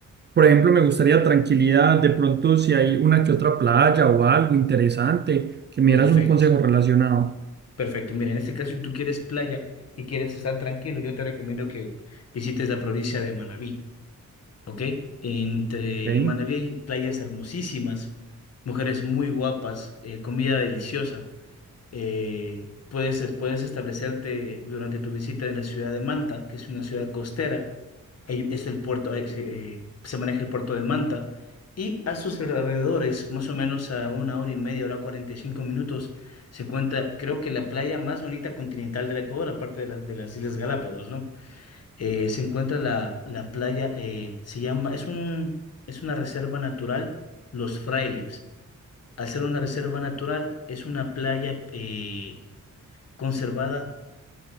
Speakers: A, on the right; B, on the left.
A: Por ejemplo, me gustaría tranquilidad. De pronto, si hay una que otra playa o algo interesante, que me
B: Perfecto,
A: dieras un consejo relacionado.
B: perfecto. Mira, en este caso, si tú quieres playa y quieres estar tranquilo, yo te recomiendo que visites la provincia de Manabí. Ok, entre
A: ¿Ok?
B: en Manabí hay playas hermosísimas, mujeres muy guapas, eh, comida deliciosa. Eh, puedes, puedes establecerte durante tu visita en la ciudad de Manta, que es una ciudad costera. Ahí es el puerto, ahí se, eh, se maneja el puerto de Manta. Y a sus alrededores, más o menos a una hora y media, hora 45 minutos, se encuentra, creo que la playa más bonita continental del Ecuador, aparte de, la- de las Islas Galápagos, ¿no? eh, se encuentra la, la playa, eh, se llama, es un, es una reserva natural, Los Frailers. Al ser una reserva natural, es una playa eh, conservada